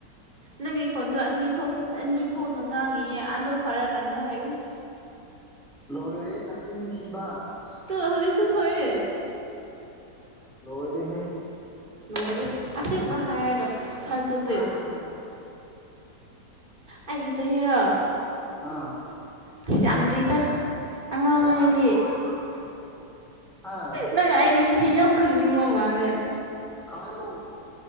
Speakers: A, on the right; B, in the centre.
A: ꯅꯪꯒꯤ ꯈꯣꯟꯗꯣ ꯑꯅꯤ ꯊꯣꯛ ꯑꯅꯤ ꯊꯣꯛꯅ ꯉꯥꯡꯉꯤꯌꯦ ꯑꯗꯣ ꯐꯔꯀꯥꯟꯗ ꯍꯥꯏꯒꯦ
B: ꯂꯣꯏꯔꯦ ꯅꯆꯤꯟ ꯊꯤꯕ
A: ꯇ ꯍꯧꯖꯤꯁꯨ ꯊꯑ
B: ꯂꯣꯏꯔꯤꯍꯦ
A: ꯅꯣꯏꯔ ꯑꯁꯤꯒꯨꯝꯕ ꯍꯥꯏꯔꯒ ꯐꯖꯗꯦ
B: ꯍꯥꯏꯔꯣ ꯍꯥꯏꯔꯣ
A: ꯑꯩꯒꯤꯁꯨ ꯍꯔꯣ
B: ꯑꯥ
A: ꯑꯁ ꯌꯥꯝꯗ꯭ꯔꯤꯗ ꯑꯉꯥꯡꯉꯗꯤ
B: ꯍꯥꯏꯌꯣ ꯍꯥꯏꯕ ꯑꯥ
A: ꯅꯪ ꯑꯩꯒꯤꯁꯦ ꯍ ꯌꯥꯝ ꯈꯪꯅꯤꯡꯕ ꯃꯃꯥꯜꯅꯦꯦ
B: ꯈꯣ